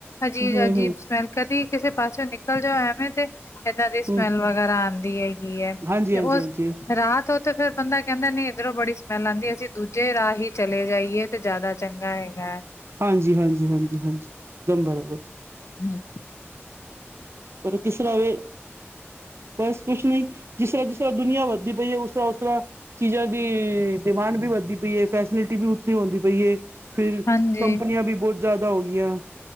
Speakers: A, on the left (about 85°); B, on the right (about 65°).
A: ਅਜੀਬ
B: ਹਮ
A: - ਅਜੀਬ ਸਮੈਲ ਕਦੀ ਕਿਸੇ ਪਾਸੇ ਓ ਨਿਕਲ ਜਾਓ ਐਵੇਂ ਤੇ। ਇਦਾਂ ਦੀ ਸਮੈਲ
B: ਹਮ
A: ਵਗੈਰਾ ਆਉਂਦੀ ਹੈਗੀ ਹੈ।
B: ਹਾਂਜੀ
A: ਤੇ
B: ਹਾਂਜੀ
A: ਉਸ
B: ਹਾਂਜੀ
A: ਰਾਹ ਤੋਂ ਤੇ ਫੇਰ ਬੰਦਾ ਕਹਿੰਦਾ ਨਹੀਂ ਇਧਰੋਂ ਬੜੀ ਸਮੈਲ ਆਉਂਦੀ। ਅਸੀਂ ਦੂਜੇ ਰਾਹ ਹੀ ਚਲੇਂ ਜਾਈਏ। ਤੇ ਜ਼ਿਆਦਾ ਚੰਗਾ ਹੈਗਾ ਐਂ।
B: ਹਾਂਜੀ-ਹਾਂਜੀ-ਹਾਂਜੀ-ਹਾਂਜੀ ਇਕਦਮ ਬਰਾਬਰ।
A: ਹਮ। <unintelligible>
B: ਪਰ ਕਿਸ ਰਾ ਵੀ। ਬਸ ਕੁੱਛ ਨਹੀਂ ਜਿਸਰ੍ਹਾਂ ਜਿਸ ਤਰ੍ਹਾਂ ਦੁਨੀਆਂ ਵੱਧਦੀ ਪਈ ਹੈ। ਉਸਰ੍ਹਾ - ਉਸਰ੍ਹਾ। ਚੀਜ਼ਾਂ ਦੀ ਡਿਮਾਂਡ ਵੀ ਵੱਧਦੀ ਪਈ ਏ ਫੈਸਿਲਿਟੀ ਵੀ ਉੱਤੇ ਹੁੰਦੀ ਪਈ ਹੈ। ਫਿਰ
A: ਹਾਂਜੀ-ਹਾਂਜੀ
B: ਕੰਪਨੀਆਂ ਵੀ ਬਹੁਤ ਜ਼ਿਆਦਾ ਹੋ ਗਈਆਂ।